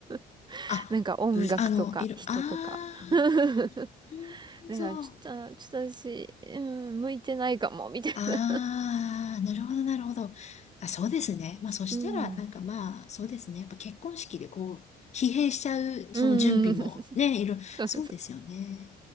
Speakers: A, on the right (about 25°); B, on the left (about 40°).
A: <laughs>
B: あ、
A: なんか音楽とか人とか。
B: あ、う、あの、いる、ああ、
A: <laughs>
B: なるほど。
A: だからちょっと、ちょっと私、うん、向いてないかも、みたいな。
B: ああ、なるほど、なるほど。あ、そうですね。
A: <laughs>
B: まあ、そしたら、
A: うん。
B: なんかまあ、そうですね。やっぱ結婚式でこう、疲弊しちゃう、
A: うん。
B: その準備も、
A: <laughs> そう
B: ね、いろ、
A: そう。
B: そうですよね。